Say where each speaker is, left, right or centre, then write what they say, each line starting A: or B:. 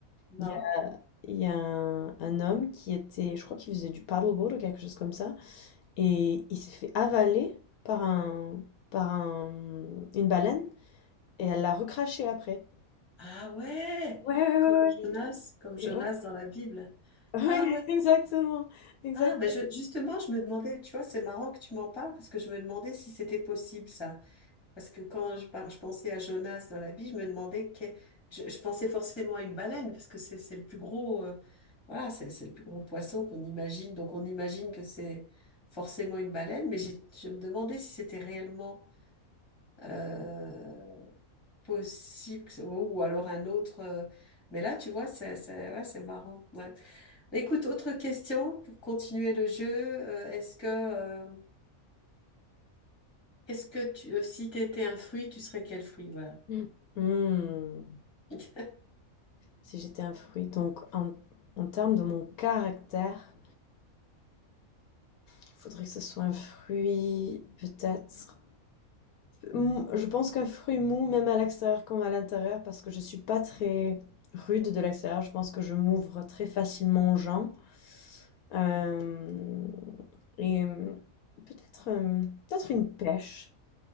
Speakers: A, on the left; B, on the left.
A: Non.
B: Il y a, il y a un, un homme qui était, je crois qu'il faisait du paddleboard ou quelque chose comme ça, et il s'est fait avaler par un, par un, une baleine, et elle l'a recraché après.
A: Ah ouais,
B: Ouais, ouais,
A: comme
B: ouais, ouais.
A: Jonas, comme
B: Et
A: Jonas
B: ouais.
A: dans
B: <laughs>
A: la Bible.
B: Ouais,
A: Ah ouais.
B: exactement, exact.
A: Ah, ben je- justement, je me demandais, tu vois, c'est marrant que tu m'en parles parce que je me demandais si c'était possible ça. Parce que quand je, par- je pensais à Jonas dans la vie, je me demandais, que, je, je pensais forcément à une baleine parce que c'est c'est le plus gros, euh, voilà, c'est c'est le plus gros poisson qu'on imagine. Donc on imagine que c'est forcément une baleine, mais j'ai- je me demandais si c'était réellement euh, possible, que- ou, ou alors un autre. euh, Mais là, tu vois, c'est c'est- ouais, c'est marrant. Ouais. Mais Écoute, autre question pour continuer le jeu. euh, est-ce que, euh, est-ce que tu, euh, si tu étais un fruit, tu serais quel fruit? Voilà.
B: Mm. Mm.
A: <laughs>
B: Si j'étais un fruit, donc en, en termes de mon caractère, il faudrait que ce soit un fruit, peut-être. Mou- Je pense qu'un fruit mou, même à l'extérieur comme à l'intérieur, parce que je suis pas très rude de l'extérieur, je pense que je m'ouvre très facilement aux gens. Euh, et euh, peut-être euh, peut-être une pêche.